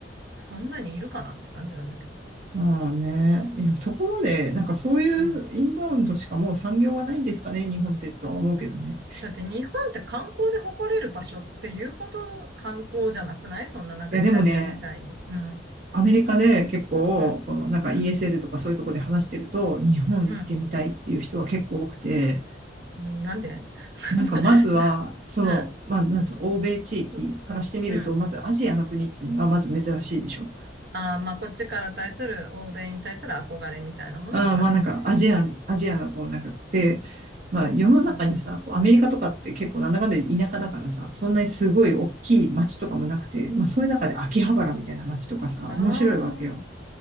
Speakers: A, on the right; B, on the right.
A: そんなにいるかなって感じなんだけど。
B: まあね。いや、そこまで、なんかそういうインバウンドしかもう産業がないんですかね、
A: うん。
B: 日本ってとは思うけどね。
A: だって日本って観光で誇れる場所っていうほど観光じゃなくないそんななんかイタリアみたいに。
B: いや、でもね、
A: うん。
B: アメリカで結構、
A: うん。
B: このなんか
A: うん。
B: ESL とかそういうとこで話してると、日本行ってみたいっていう人は結構多くて、
A: うん。うんなんで
B: なんかまずは、
A: <laughs> な
B: その、
A: な
B: まあ、なんつうの、欧米地域からしてみると、
A: うん。うん。
B: まずアジアの国っていうのがまず珍しいでしょ。
A: ああ、まあ、こっちから対する、欧米に対する憧れみたいなものもあるよね。
B: あーまあなんかアジア、アジアのこうなんかって、まあ世の中にさ、
A: うん。
B: こうアメリカとかって結構なんだかんだで田舎だからさ、そんなにすごい大きい街とかもなくて、まあそういう中で秋葉原みたいな街とかさ、
A: ああ、
B: 面白いわけよ。